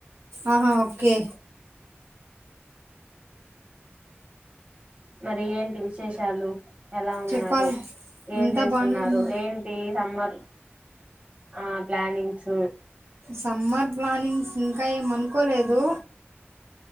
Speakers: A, on the right (about 70°); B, on the right (about 25°).
A: ఆహా ఓకే
B: మరి ఏంటి విశేషాలు ఎలా ఉన్నారు
A: చెప్పాలి
B: ఏం
A: అంతా
B: చేస్తున్నారు
A: బానే ఉన్నాం
B: ఏంటి సమ్మర్ ఆ ప్లానింగ్స్
A: సమ్మర్ ప్లానింగ్స్ ఇంకా ఏమ్ అనుకోలేదు